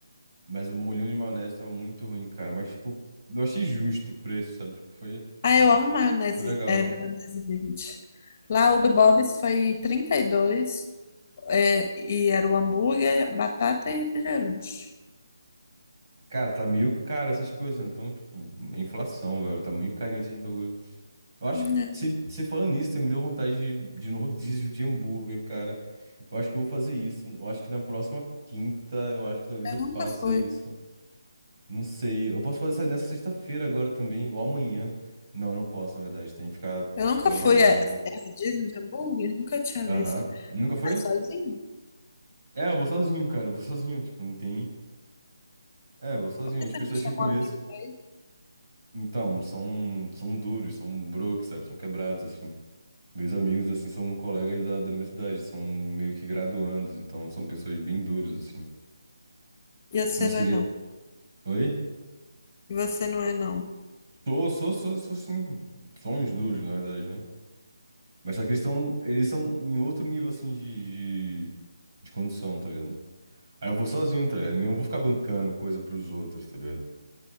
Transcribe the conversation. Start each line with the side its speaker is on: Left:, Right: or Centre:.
Right: Mas o molhinho de maionese tava muito ruim, cara. Mas, tipo, eu achei justo o preço, sabe? Tipo, Foi,
Left: Ah, eu amo maionese,
Right: foi legal.
Left: é, maionese verde. Lá o do Bob's foi 32, é, e era o hambúrguer, batata e refrigerante.
Right: Cara, tá meio caro essas coisas, né? então, tipo, é inflação, velho. Tá meio carinho esses bagulho. Eu acho
Left: Hum,
Right: que, se, se falando nisso, você me deu vontade de, de ir no rodízio de hambúrguer, cara. Eu acho que eu vou fazer isso. Eu acho que na próxima quinta, eu acho que talvez
Left: Eu
Right: eu faça
Left: nunca fui.
Right: isso. Não sei. Eu posso fazer isso nessa sexta-feira agora também, ou amanhã. Não, não posso, na verdade. Tem que ficar
Left: Eu nunca
Right: trabalhando.
Left: fui. É, é rodízio de hambúrguer? Nunca tinha
Right: Aham.
Left: visto.
Right: Nunca
Left: Você
Right: foi?
Left: vai sozinho?
Right: É, eu vou sozinho, cara. Eu vou sozinho. Tipo, não tem. É, eu vou sozinho.
Left: Por que
Right: As
Left: você
Right: pessoas
Left: não chamou
Right: que eu conheço,
Left: um amigo pra ir?
Right: então, são, são duros, são broke, sabe? São quebrados, assim. Meus amigos, assim, são colegas da, da universidade, são meio que graduandos, então são pessoas bem duras, assim.
Left: E você
Right: Mas
Left: não
Right: seria.
Left: é não.
Right: Oi?
Left: E você não é não.
Right: Sou, sou, sou, sou sim. Somos duros, na verdade, né? Mas só que eles estão. Eles são em outro nível, assim, de, de, de condição, tá ligado? Aí eu vou sozinho, tá ligado? Eu não vou ficar bancando coisa pros outros, tá ligado?